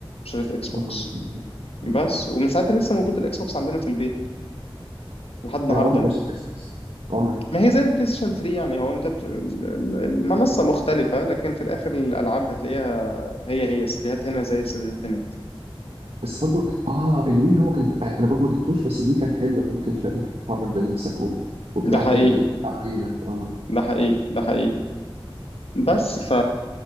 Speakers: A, on the left; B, on the right.
A: اشتريت اكس
B: مم.
A: بوكس بس
B: مم.
A: ومن ساعتها لسه موجود الاكس بوكس عندنا في البيت لحد النهارده
B: انا عمري
A: يعني
B: ما اشتريت فيكس عمري
A: ما هي زي البلاي ستيشن 3 يعني هو انت بت... ال- ال- المنصه مختلفه لكن في الاخر الالعاب هتلاقيها هي هي السيديهات هنا زي السيديهات هناك
B: بس برضو اه الوي هو كان آه، انا برضو ما جبتوش بس الوي كان حلو عشان كان شا- انت بتتحرك بنفسك و... وبتاع
A: ده حقيقي
B: كده كانك بتلعب بايدك اه
A: ده حقيقي ده حقيقي بس ف